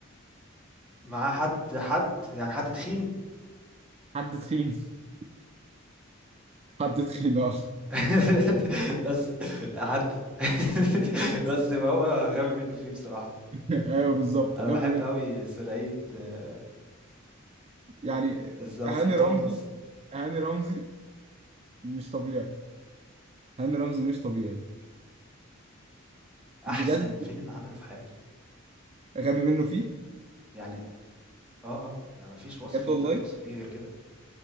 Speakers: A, in the centre; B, on the right.
A: مع حد حد يعني حد تخين
B: حد تخين <laughs> حد تخين اه
A: <laughs> بس حد <laughs> بس ما هو غبي منه فيه بصراحة
B: <laughs> ايوه بالظبط
A: انا
B: غبي
A: بحب
B: منه
A: قوي ثنائية آه،
B: يعني
A: بالظبط
B: هاني
A: سلطان
B: رمزي
A: ونص
B: هاني رمزي مش طبيعي هاني رمزي مش طبيعي بجد
A: أحسن فيلم عمله في حياته،
B: غبي منه فيه
A: يعني آه، آه، ما ما فيش وصف
B: بجد
A: ينفع
B: والله
A: توصف بيه غير كده،